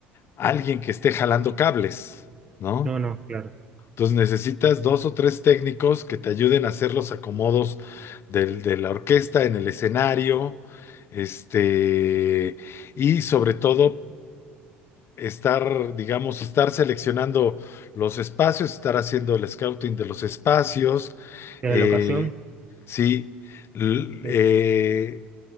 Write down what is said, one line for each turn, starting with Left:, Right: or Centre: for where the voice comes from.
Left: alguien que esté jalando cables, ¿no?
Right: No, no, claro.
Left: Entonces necesitas dos o tres técnicos que te ayuden a hacer los acomodos del- de la orquesta en el escenario, este, y sobre todo estar, digamos, estar seleccionando los espacios, estar haciendo el scouting de los espacios,
Right: ¿De
Left: eh,
Right: la locación?
Left: sí, l-
Right: Ok.
Left: eh,